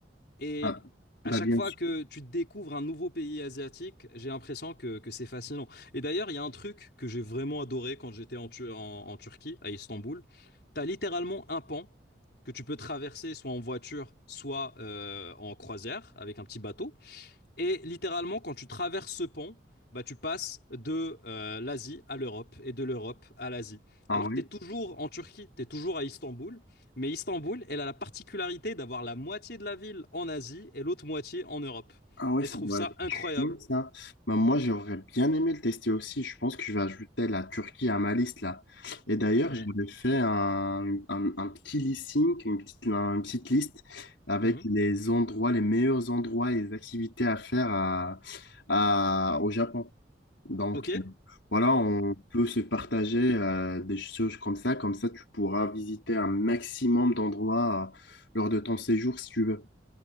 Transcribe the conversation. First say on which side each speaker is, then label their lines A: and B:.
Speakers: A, on the left (about 60°); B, on the left (about 85°).
A: Et
B: ah,
A: à
B: bah
A: chaque
B: bien
A: fois
B: sûr.
A: que tu découvres un nouveau pays asiatique, j'ai l'impression que, que c'est fascinant. Et d'ailleurs, il y a un truc que j'ai vraiment adoré quand j'étais en, Tu- en- en Turquie, à Istanbul. Tu as littéralement un pan que tu peux traverser soit en voiture, soit euh, en croisière avec un petit bateau. Et littéralement, quand tu traverses ce pont, bah, tu passes de euh, l'Asie à l'Europe et de l'Europe à l'Asie.
B: Ah
A: Alors
B: ouais.
A: que tu es toujours en Turquie, tu es toujours à Istanbul, mais Istanbul, elle a la particularité d'avoir la moitié de la ville en Asie et l'autre moitié en Europe.
B: Ah ouais,
A: Et
B: ça
A: je trouve
B: doit
A: ça
B: être
A: incroyable.
B: chaud, ça. Bah, moi, j'aurais bien aimé le tester aussi. Je pense que je vais ajouter la Turquie à ma liste, là. Et d'ailleurs,
A: Ouais.
B: j'avais fait un, un, un petit listing, une petite, une petite liste avec
A: Mhm.
B: les endroits, les meilleurs endroits et les activités à faire à, à- au Japon. Donc,
A: Ok? Ok.
B: euh, voilà, on peut se partager euh, des choses comme ça. Comme ça, tu pourras visiter un maximum d'endroits euh, lors de ton séjour, si tu veux.